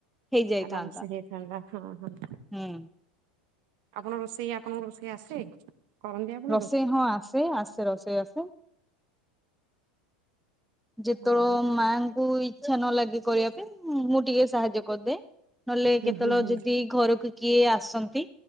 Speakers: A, in the centre; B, on the right (about 60°).
A: ହେଇଯାଇଥାନ୍ତା
B: ଆରାମ ସେ ହେଇଥାନ୍ତା ହଁ ହଁ।
A: ହୁଁ।
B: ଆପଣ ରୋଷେଇ ଆପଣଙ୍କୁ ରୋଷେଇ ଆସେ? କରନ୍ତି ଆପଣ
A: ରୋଷେଇ ହଁ ଆସେ ଆସେ ରୋଷେଇ ଆସେ। ଯେତେବେଳେ
B: ଆଉ
A: ମାଙ୍କୁ ଇଛା ନ ଲାଗେ କରିବା ପାଇଁ ମୁଁ ଟିକେ ସାହାଯ୍ୟ କରିଦେଏ। ନହେଲେ କେତେବେଳେ
B: ହୁଁ ହୁଁ ହୁଁ
A: ଯଦି ଘରକୁ କିଏ ଆସନ୍ତି